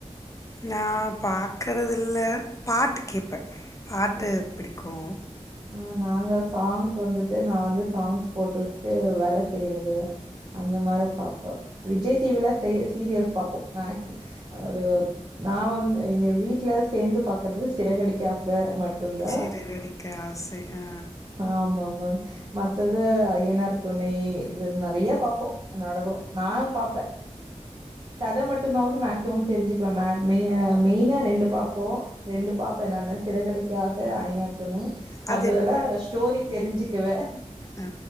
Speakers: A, on the left; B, on the right.
A: நா பாக்குறது இல்ல பாட்டு கேப்பே பாட்டு
B: ஓகே.
A: பிடிக்கு
B: ஆ நாங்க சாங்ஸ் வந்துட்டு நா வந்து சாங்ஸ் போட்டுவிட்டு வேல செய்யறது. அந்த மாரி பாப்ப விஜய் டிவில சீரியல்ஸ் பாப்போ மேக் ஒரு நா வந்து எங்க வீட்ல சேந்து பாக்குறது சிறகடிக்க ஆஸ் <unintelligible> மட்டுதா
A: சிறகடிக்க ஆசை ஆ,
B: ஆமா ஆமாங்க மத்தது ஐயனார் துணை இது நெறைய பாப்போ நாடகோ நா பாப்பே கத மட்டுமாவது மேக்சிமம் தெரிஞ்சுக்குவே மெய் மெயினா ரெண்டு பாப்போ. ரெண்டு பாப்பே நானு சிறகடிக்க ஆச அயனார் துணை மத்ததல்லா
A: அது
B: ஸ்டோரி தெரிஞ்சுக்குவே
A: ஆ